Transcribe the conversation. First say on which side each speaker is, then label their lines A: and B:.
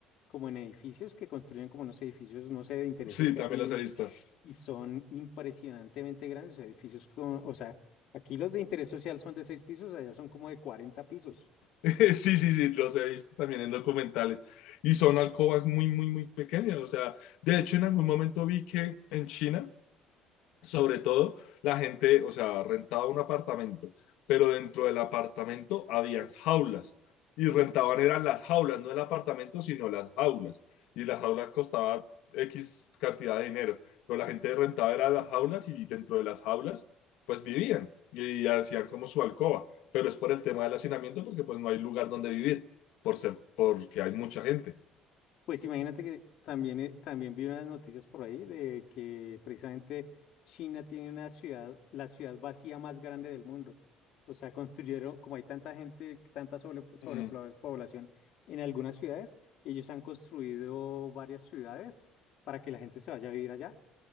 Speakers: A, on the left (about 50°); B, on the left (about 70°).
A: como en edificios que construyen como unos edificios, no sé, de interés
B: Sí,
A: social
B: también
A: y,
B: las he visto.
A: y son impresionantemente grandes, o sea, edificios como, o sea, aquí los de interés social son de seis pisos, allá son como de 40 pisos.
B: <laughs> Sí, sí, sí, los he visto también en documentales. Y son alcobas muy, muy, muy pequeñas. O sea, de hecho, en algún momento vi que en China sobre todo la gente, o sea, rentaba un apartamento, pero dentro del apartamento habían jaulas y rentaban eran las jaulas, no el apartamento, sino las jaulas. Y las jaulas costaban X cantidad de dinero, pero la gente rentaba era las jaulas y dentro de las jaulas pues vivían y hacían como su alcoba, pero es por el tema del hacinamiento porque pues no hay lugar donde vivir por ser porque hay mucha gente.
A: Pues imagínate que también, eh, también vi unas noticias por ahí de que precisamente China tiene una ciudad, la ciudad vacía más grande del mundo. O sea, construyeron, como hay tanta gente, tanta sobre, sobrepoblación
B: Mm.
A: en algunas ciudades, ellos han construido varias ciudades para que la gente se vaya a vivir allá